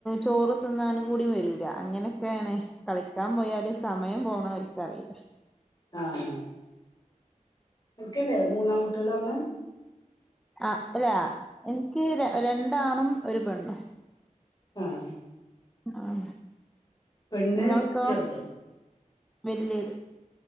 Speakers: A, in the centre; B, on the left (about 30°).
A: ചോറ് തിന്നാനും കൂട വരൂല അങ്ങനെയൊക്കെയാണ് കളിക്കാൻ പോയാല സമയം പോണ അവർക്ക്റിയില്ല
B: ആഹ നക്കല്ലേ മൂന്നാൺ കു കുട്ടികൾ വന്ന്
A: ആ അല്ല എനിക്ക് രണ്ടാണും ഒരു പെണ്ണും
B: ആഹ
A: ആഹ
B: പെണ്ണ്
A: നിങ്ങൾക്കോ
B: ചെറുതോ
A: വല്ല്യത്